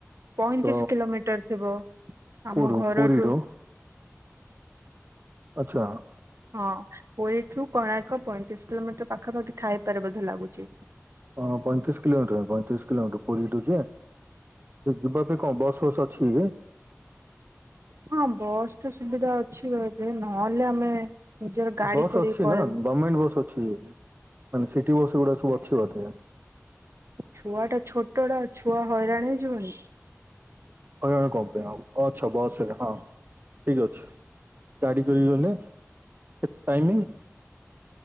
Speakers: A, on the right; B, on the right.
A: ପଇଁତିରିଶ
B: ତ
A: କିଲୋମିଟର ଥିବ ଆମ
B: କୋଉଠୁ
A: ଘରଠୁ
B: ପୁରୀରୁ ଆଚଛା।
A: ହଁ ପ ଠୁ କଣାର୍କ ପଇଁତିରିଶ କିଲୋମିଟର ପାଖାପାଖି ଥାଇପାରେ ବୋଧେ ଲାଗୁଛି।
B: ହଁ ପଇତିଶ କିଲୋମିଟର ପତିରିଶ କିଲୋମିଟର ପୁରୀଠୁଛି ଯିବା ପାଇଁ କଣ ବସ୍ ଫସ୍ ଅଛି କି?
A: ହଁ ବସ୍ ତ ସୁବିଧା ଅଛି ର ଏବେ ନହେଲେ ଆମେ ନିଜର ଗାଡି
B: ବସ୍
A: କରିକି
B: ଅଛି
A: ପଳେଇବା।
B: ନା ଗର୍ମେଣ୍ଟ ବସ୍ ଅଛି। ମାନେ ସିଟି ବସ ଗୁଡା ସବୁ ଅଛି ବୋଧେ।
A: ଛୁଆ ଟା ଛୋଟଟ ଛୁଆ। ହଇରାଣ ଜୋରେ।
B: ହଇରାଣ କମ୍ ପାଇଁ ଆଚ୍ଛା ବସରେ ହଁ ଠିକ ଅଛି ଗାଡ଼ି କରିକି ଗଲେ କେତେ ଟାଇମିଂ।